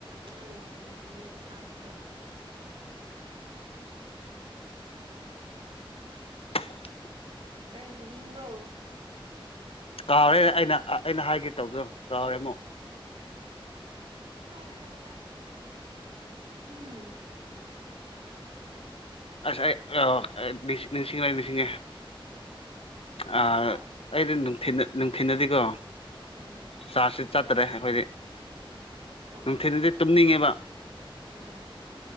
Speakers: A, on the right (about 65°); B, on the left (about 80°).
A: ꯌꯥꯝ ꯅꯣꯛꯅꯤꯡꯕꯅꯦ ꯃꯥꯗꯣ
B: <inaudible>
A: ꯀꯩ ꯍꯥꯏꯅꯤꯡꯕ꯭ꯔꯣ
B: ꯀꯥꯎꯔꯦ ꯑꯩꯅ ꯑꯩꯅ ꯍꯥꯏꯒꯦ ꯇꯧꯕꯗꯣ ꯀꯥꯎꯔꯦ ꯑꯃꯨꯛ
A: ꯑꯩꯌꯥ ꯎꯝ
B: ꯑꯁ ꯑꯩ ꯑꯣ ꯅꯤꯡ ꯅꯤꯡꯁꯤꯡꯉꯦ ꯅꯤꯡꯁꯤꯡꯉꯦ ꯑꯥ
A: ꯍꯥꯥ
B: ꯑꯩꯗꯤ ꯅꯨꯡꯊꯤꯟꯗ ꯅꯨꯡꯊꯤꯅꯗꯗꯤꯀꯣ
A: ꯎꯝ
B: ꯆꯥꯔꯁꯤ ꯆꯥꯠꯇꯔꯦ ꯑꯩꯈꯣꯏꯗꯤ
A: ꯑꯣ
B: ꯅꯨꯡꯊꯤꯗꯗꯤ ꯇꯨꯝꯅꯤꯡꯉꯦꯕ
A: ꯎꯝ